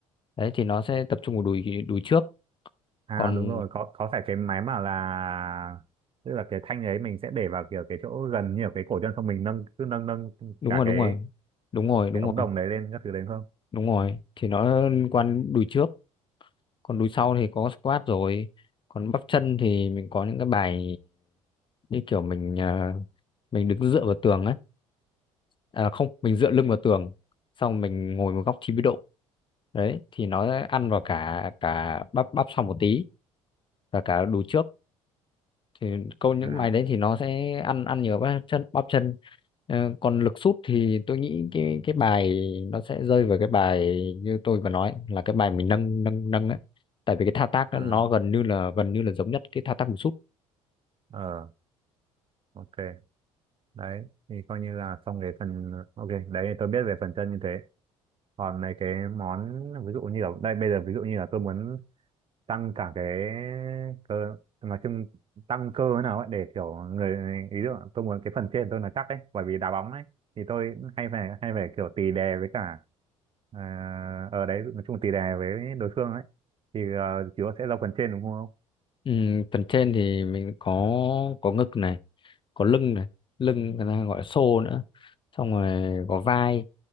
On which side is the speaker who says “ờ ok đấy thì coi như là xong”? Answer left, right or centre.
Right